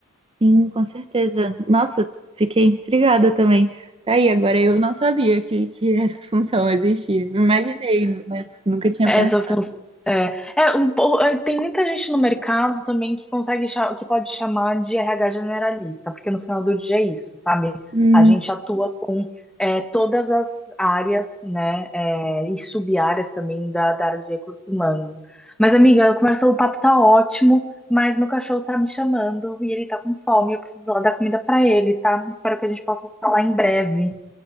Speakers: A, on the right; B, in the centre.
A: sim, com certeza. Nossa, fiquei intrigada também. Tá aí, agora eu não sabia que, que essa função existia. Imaginei, mas nunca tinha
B: Essa
A: pensado.
B: função. É, é, um po- é, tem muita gente no mercado também que consegue cha- que pode chamar de RH generalista, porque no final do dia é isso, sabe?
A: Hum,
B: A gente atua é, todas as áreas, né, é, e sub-áreas também da, da área de recursos humanos. Mas, amiga, a conversa, o papo tá ótimo, mas meu cachorro tá me chamando e ele tá com fome, eu preciso lá dar comida pra ele, tá? Espero que a gente possa se falar em breve.